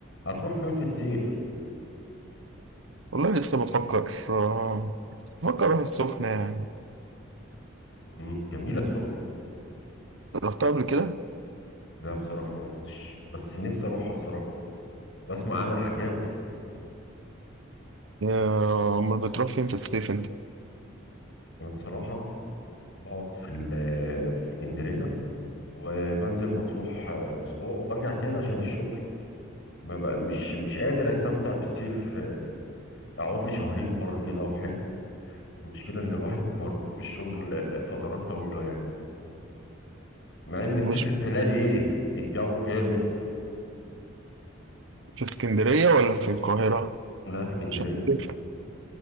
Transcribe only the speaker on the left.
هتروح فين في الصيف
مم. جميله السخنه
لا بصراحه ما روحتش بس نفسي اروحها بصراحه بسمع عنها حكاوي
انا بصراحه بقعد في ال- آه، في اسكندريه وبنزل مطروح آه، اسبوع وبرجع تاني عشان الشغل ما بقى مش مش قادر استمتع بالصيف آه، اقعد لي شهرين بره كده او حاجه المشكله ان الواحد مربوط بالشغل آه، فترات طويله يعني مع ان الصيف
السنه دي ايه الجو جامد
لا اسكندريه